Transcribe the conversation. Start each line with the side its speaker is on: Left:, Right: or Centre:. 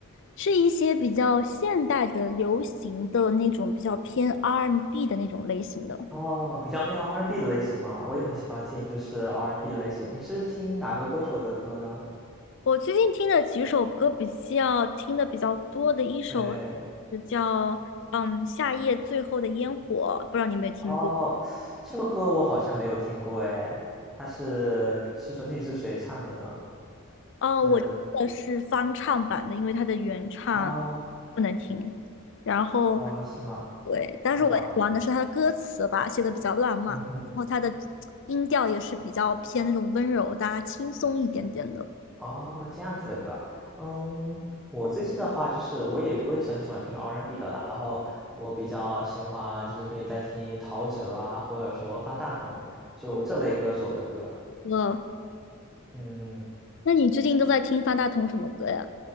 Left: 是一些比较现代的、流行的那种，比较偏 R&B 的那种类型的。
Centre: 哦，比较偏 R&B 的类型吗？我也很喜欢听，就是 R&B 类型。你是听哪个歌手的歌呢？
Left: 我最近听的几首歌比较听的比较多的一首
Centre: 对，
Left: 就叫嗯《夏夜最后的烟火》，不知道你有没有听过？
Centre: 哦，这个歌我好像没有听过哎，它是是整体是谁唱的呢？
Left: 哦，
Centre: 是
Left: 我听的是翻唱版的，因为它的原唱
Centre: 哦
Left: 不能听。然后，
Centre: 哦，是吗？
Left: 对，但是我喜欢的是它的歌词吧，
Centre: 很好，
Left: 写的比较浪漫，
Centre: 嗯哼。
Left: 然后它的音调也是比较偏那种温柔的啊轻松一点点的。
Centre: 哦，这样子的歌，嗯，我最近的话就是我也我也是很喜欢听 R&B 的啦，然后我比较喜欢就是最近在听陶喆啊，或者说方大同，就这类歌手的歌，
Left: 呃，
Centre: 嗯。
Left: 那你最近都在听方大同什么歌呀？